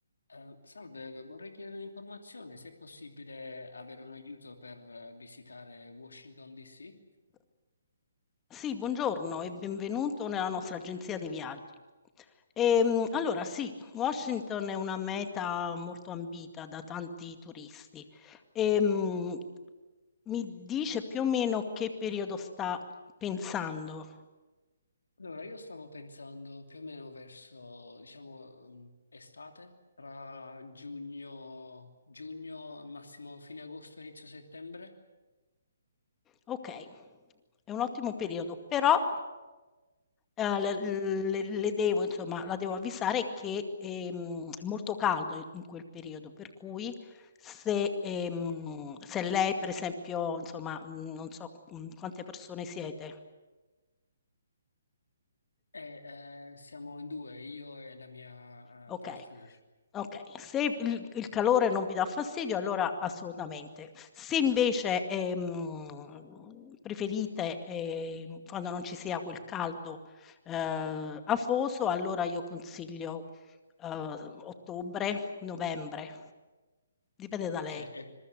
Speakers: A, on the left; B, on the left.
A: Eh, salve, vorrei chiedere un'informazione, se è possibile avere un aiuto per eh, visitare Washington DC.
B: Sì, buongiorno e benvenuto nella nostra agenzia di viaggi. Ehm, allora sì, Washington è una meta molto ambita da tanti turisti. Ehm, mi dice più o meno che periodo sta pensando.
A: Allora, io stavo pensando più o meno verso, diciamo, mh, estate, tra giugno, giugno, massimo fine agosto, inizio settembre,
B: Okay, è un ottimo periodo, però Ehm, le le le devo insomma, la devo avvisare che, ehm, è molto caldo in quel periodo, per cui se, ehm, se lei per esempio, insomma, mhmm, non so, mhmm, quante persone siete,
A: e eh, siamo in due, io e la mia
B: okay.
A: eh, partner.
B: Okay, se il il calore non vi dà fastidio allora assolutamente. Se invece, ehm, preferite, ehm, quando non ci sia quel caldo, ehm, afoso, allora io consiglio, ehm, ottobre, novembre. Dipende da
A: Ok,
B: lei.
A: e,